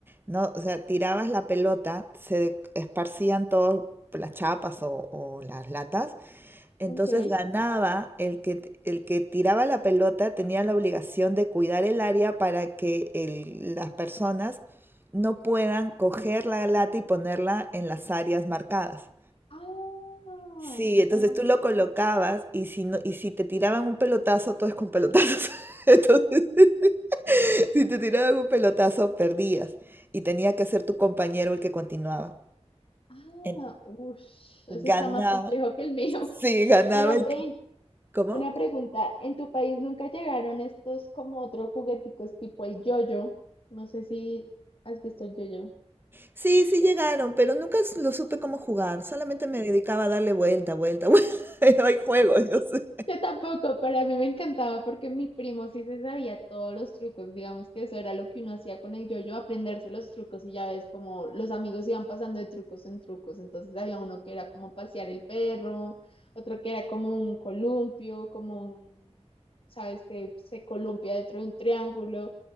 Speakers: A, on the right (about 20°); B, on the left (about 55°).
A: ¿no? O sea, tirabas la pelota, se esparcían todas las chapas o, o las latas entonces
B: ok.
A: ganaba el que, el que tiraba la pelota, tenía la obligación de cuidar el área para que el- las personas no puedan coger la lata y ponerla en las áreas marcadas.
B: Ah,
A: Sí, entonces
B: ok.
A: tú lo colocabas y si, no, y si te tiraban un pelotazo, todo es con pelotazos. <laughs> Entonces, <laughs> si te tiraban un pelotazo, perdías y tenía que ser tu compañero el que continuaba.
B: Ah,
A: En-
B: uff, eso
A: Ganaba,
B: está más complejo que el mío.
A: sí, ganaba
B: Pero
A: el...
B: ven,
A: ¿Cómo?
B: una pregunta, ¿en tu país nunca llegaron estos como otros jugueticos tipo el yoyo? No sé si has visto el yoyo.
A: Sí, sí llegaron, pero nunca s- lo supe cómo jugar. Solamente me dedicaba a darle vuelta, vuelta, <laughs> vuelta. Pero hay juegos, yo sé.
B: Yo tampoco, pero a mí me encantaba porque mi primo sí se sabía todos los trucos, digamos que eso era lo que uno hacía con el yo-yo, aprenderse los trucos y ya ves como los amigos iban pasando de trucos en trucos, entonces había uno que era como pasear el perro, otro que era como un columpio, como un, sabes, que se columpia dentro de un triángulo,